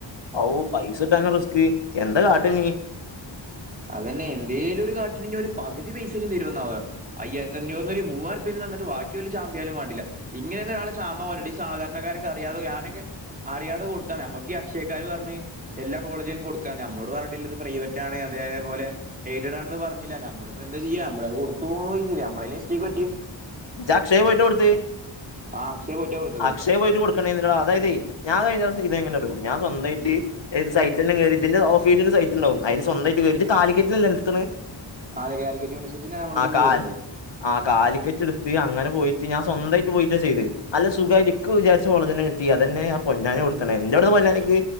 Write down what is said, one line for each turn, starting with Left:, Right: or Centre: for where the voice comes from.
Left: ഔപൈസ കിട്ടാനാ റിസ്ക് എന്താ കാട്ട ഇനി
Right: അതന്നെ എന്തെങ്കിലും <unintelligible> ഒരു പകുതി പൈസയെങ്കിലും തരോന്നാവോ അയ്യായിരതിയഞ്ഞൂറിൽ ഒരു മുവ്വായിരം രൂപ തന്നിട്ട് ബാക്കി ഓല് ചാമ്പിയാലും വേണ്ടില്ല ഇങ്ങനെയൊന്നും ഒരാളെ ചാമ്പാൻപറ്റില്ല ഈ സാധാരണക്കാരൊക്കെ അറിയാതെ ഞാനൊക്കെ അറിയാതെ കൊടുത്തതാണ് നമ്മക്ക് ഈ അക്ഷയക്കാര് പറഞ്ഞ് എല്ലാ കോളേജിലും കൊടുക്കാന്ന് നമ്മളോട് പറഞ്ഞിട്ടില്ല ഇത് പ്രൈവറ്റ് ആണ് അതേ അതേപോലെ എയ്തണവന് പറഞ്ഞില്ല നമ്മളപ്പോ എന്താ ചെയ്യാ നമ്മളത് കൊടുത്തു പോയി നമ്മൾ ടെ അടുത്ത്മിസ്റ്റേക്ക് പറ്റി
Left: ജ്ജ് അക്ഷയേൽ പോയിട്ടാ കൊട്ത്ത്
Right: ആ അക്ഷയ പോയിട്ടാ കൊടുത്തതേ
Left: അക്ഷയേൽ പോയിട്ട് കൊടു അതായത് ഞാൻ കഴിഞ്ഞ <unintelligible> അതായതെ ഞാൻ കഴിഞ്ഞ പ്രാവിശ്യം ചെയ്ത് ചെയ്തെന്നറിയോ ഞാൻ സ്വന്തമായിട്ട് <unintelligible> സൈറ്റില്ലാം കയറി ഇതിന്റെ ഓഫിഷ്യൽ സൈറ്റ് ഉണ്ടാകും അതിൽ സ്വന്തമായിട്ട് കയറീട്ട് ജ്ജ് കാലിക്കറ്റ് അല്ലേ നിർത്തണത്
Right: അതെ കാലിക്കറ്റ് യൂണിവേഴ്സിറ്റിയിലാണ് നമ്മുക്ക് ഇത്
Left: കാൽ
Right: വരുന്നത്
Left: ആ കാലിക്കറ്റ് അങ്ങനെ പോയിട്ട് ഞാൻ സ്വന്തമായിട്ട് പോയിട്ട ചെയ്ത് അല്ല സുഖമായിട്ട് ഇക്ക് വിചാരിച്ച പോലെത്തന്നെ കിട്ടി അതന്നെ ഞാൻ പൊന്നാനി കൊടുതിട്ടുണ്ടായിരുന്നു എന്റെ അവിടുന്ന് പൊന്നാനിക്ക്